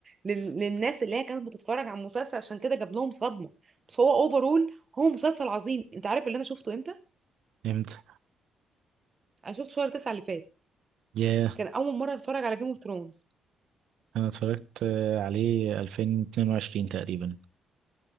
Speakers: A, on the right; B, on the right.
A: لل... للناس اللي هي كانت بتتفرج على المسلسل عشان كده جاب لهم صدمة بس هو اوفرول هو مسلسل عظيم انت عارف اللي انا شفته امتى؟
B: امتى
A: انا شفته شهر تسعة اللي فات
B: ياه
A: كان اول مرة اتفرج على جيم اوف ثرونز
B: انا اتفرجت آه، عليه 2022 تقريبا